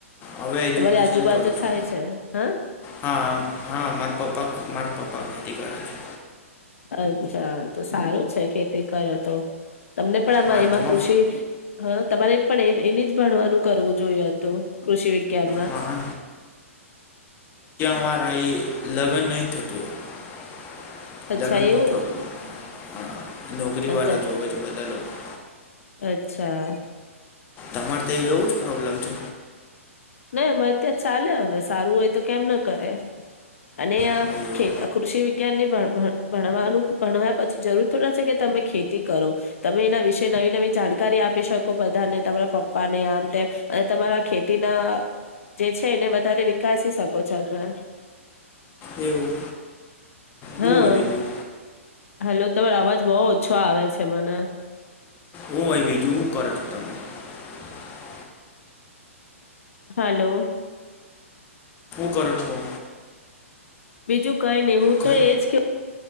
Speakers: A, on the left; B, on the left.
A: હવે એજ્યુકેશન
B: તમારી આજુબાજુ
A: કરું છું
B: થાય છે હા
A: હા હા મારા પપ્પા મારા પપ્પા કરે છે
B: અચ્છા તો સારું છે ખેતી કરે તો. તમને પણ આમાં
A: હા
B: એમાં
A: તમાર
B: કૃષિ હા તમારે પણ એ એની જ ભણવાનું કરવું જોઈએ હત કૃષિ ગ્યાંનમાં.
A: હા <unintelligible> <unintelligible>
B: અચ્છા એવું
A: નોકરી
B: અચ્છા
A: વાળા જોઈએ છે, બધા લોકો.
B: અચ્છા.
A: અમારે તો એવું જ પ્રોબ્લેમ છે.
B: <unintelligible>
A: હા એવો
B: જે છે એને વધારે વિકાસી શકો છો હમે.
A: એવું.
B: હા.
A: હું હોય બીજું
B: હેલો તમા અવાજ બહુ ઓછો આવે છે મને.
A: <unintelligible>
B: હાલો.
A: કર છો?
B: બીજું કઈ નહી હું
A: ઘર
B: તો એજ કે